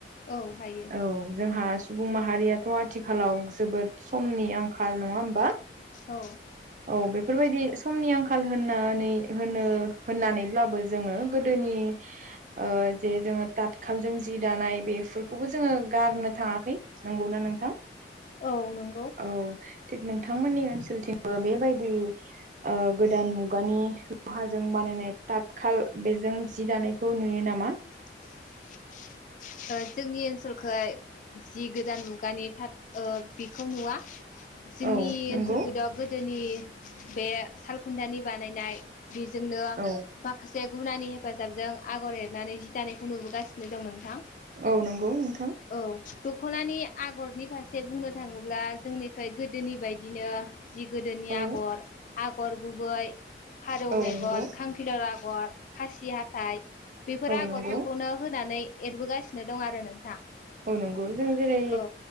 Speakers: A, on the left (about 45°); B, on the right (about 45°).
A: औ हायो।
B: औ जोंहा सुबुं माहारियाथ‌आथिखालाव जोबोद समनि आंखाल नङा होमबा।
A: औ
B: औ बेफोरबायदि। समनि आंखाल होननानै होननानैब्लाबो जोङो गोदोनि ओ जे जोङो थातखालजों जि दानाय बेफोरखौबो जोङो गारनो थाङाखै नंगौना नोंथां।
A: औ नंगौ।
B: औ थिग नोंथांमोननि ओनसोलथिंबो बेबायदि ओ‌ गोदान मुगानि लहाजों बानायनाय ताथखाल बेजों जि दानायखौ नुयो नामा?
A: <inaudible> ओ जोंनि ओनसोखोय जि गोदान मुगानि थाथ‌ ओ बिखौ नुवा। जोंनि
B: औ
A: ओनसोलखौथ
B: नंगौ
A: गोदोनि बे सालखुन्थानि बानायनाय बेजोंनो
B: औ
A: माखासे जे गुनानि हेफाजाबजों आगर एरनानै जि दानायखौ नुबोगासिनो दं नोंथां।
B: औ नंगौ नोंथां।
A: औ दखनानि आगरनि फारसे बुंनो थाङोब्ला जोंनिखै गोदोनि बायदिनो जि गोदोनि
B: औ
A: आगर आगर गुबै फारौ
B: औ
A: मेगन
B: नंगौ
A: खांख्रिखला आगर आगर खासि हाथाइ बेफोर
B: औ
A: आगरफोरखौनो
B: नंगौ
A: होनानै एरबोगासिनो गासिनो दं आरो नोंथां।
B: औ नंगौ जों जेरै
A: औ